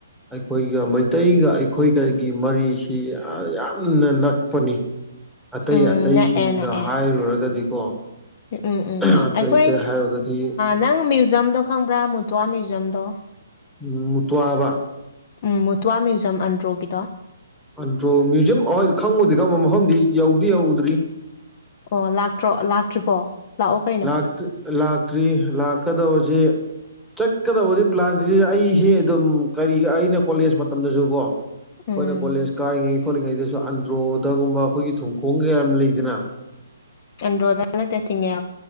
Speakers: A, in the centre; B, on the left.
A: ꯑꯩꯈꯣꯏꯒ ꯃꯩꯇꯩꯒ ꯑꯩꯈꯣꯏ ꯀꯩꯒꯤ ꯃꯔꯤꯁꯤ ꯌꯥꯝꯅ ꯅꯛꯄꯅꯤ ꯑꯇꯩ
B: ꯎꯝ
A: ꯑꯇꯩꯁꯤꯡꯗ
B: ꯅꯛꯑꯦ ꯅꯛꯑꯦ
A: ꯍꯥꯏꯔꯨꯔꯒꯗꯤꯀꯣ
B: ꯎꯝ ꯎꯝ
A: ꯑꯇꯩ
B: ꯎꯝ ꯑꯩꯈꯣꯏ
A: ꯑꯇꯩ ꯍꯥꯏꯔꯨꯔꯒꯗꯤ
B: ꯅꯪ ꯨꯖꯝꯗ ꯈꯪꯕ꯭ꯔꯥ ꯃꯨꯇꯨꯋꯥ ꯃꯤ꯭ꯌꯨꯖꯝꯗꯣ
A: ꯎꯝ ꯃꯨ ꯇꯋꯥꯕ
B: ꯎꯝ ꯃꯨꯇ꯭ꯋꯥ ꯃ꯭ꯌꯨꯖꯝ ꯑꯟꯗ꯭ꯔꯣꯒꯤꯗꯣ
A: ꯑꯗꯨꯟꯗꯣ ꯃ꯭ꯌꯨꯖꯤꯌꯝ ꯑꯣꯏ ꯈꯪꯉꯨꯗꯤ ꯈꯪꯕꯨ ꯃꯐꯝꯗꯤ ꯌꯧꯗꯤ ꯌꯧꯗ꯭ꯔꯤ
B: ꯑꯣ ꯂꯥꯛꯇ꯭ꯔꯣ ꯂꯥꯛꯇ꯭ꯔꯤꯕꯣ ꯂꯥꯛꯑꯣ ꯀꯩꯅꯣ
A: ꯂꯥꯛꯇ꯭ꯔꯤ ꯂꯥꯛꯇ꯭ꯔꯤ ꯂꯥꯛꯀꯗꯁꯦ ꯆꯠꯀꯗꯕꯗꯤ ꯄ꯭ꯂꯥꯟꯗ ꯑꯩꯁꯦ ꯑꯗꯨꯝ ꯀꯔꯤ ꯑꯩꯅ ꯀꯣꯂꯦꯖ ꯃꯇꯝꯗꯁꯨ ꯀꯣ ꯑꯩꯈꯣꯏꯅ
B: ꯎꯝ
A: ꯀꯣꯂꯦꯖ ꯀꯥꯏꯔꯤꯉꯩ ꯊꯣꯛꯣꯠꯂꯤꯉꯩꯗꯁꯨ ꯑꯟꯗ꯭ꯔꯣꯗꯒꯨꯝꯕ ꯑꯩꯈꯣꯏꯒꯤ ꯊꯨꯝꯈꯣꯡ ꯀꯌꯥ ꯂꯩꯗꯅ
B: ꯑꯟꯣꯗ ꯇꯠꯇꯉ